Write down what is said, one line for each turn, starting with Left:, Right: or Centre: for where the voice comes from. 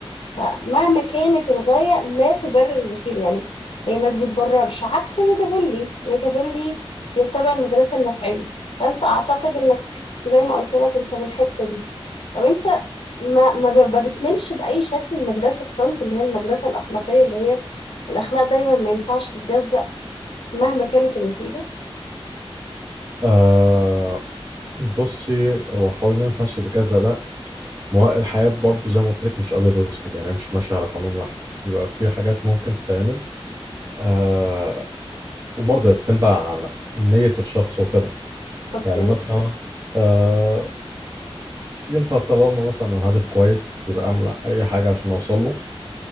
Left: فمهما كانت الغاية لا تبرر الوسيلة يعني هي ما بتبررش عكس ميكافيلي ميكافيلي بيتبع المدرسة النفعية فأنت أعتقد إنك زي ما قلت لك أنت من الحتة دي طب أنت ما ما ب- ما بتملش بأي شكل المدرسة كانت اللي هي المدرسة الأخلاقية اللي هي الأخلاق دايما ما ينفعش تتجزأ مهما كانت النتيجة
Right: آه بصي هو حوار اللي ما ينفعش تتجازى ده ما هو الحياة برضه زي ما قلت لك مش أبيض وأسود يعني مش ماشية على قانون واحد بيبقى في حاجات ممكن تتعمل آه وبرضه هي بتنبع عن نية الشخص وكده
Left: أوكي
Right: يعني مثلا آه ينفع طالما مثلا الهدف كويس يبقى أعمل أي حاجة عشان أوصل له